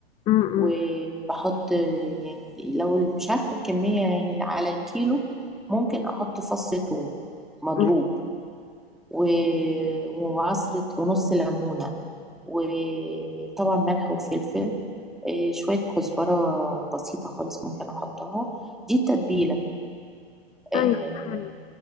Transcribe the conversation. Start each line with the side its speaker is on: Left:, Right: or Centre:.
Left: أمم، أمم،
Centre: وبحط يعني لو مش عارفه الكميه يعني على الكيلو ممكن احط فص ثوم مضروب
Left: أمم.
Centre: و- وعصرة ونص ليمونة وطبعا ملح وفلفل آه، شوية كزبرة بسيطة خالص ممكن أحطها دي التتبيلة آه،
Left: طيب حلو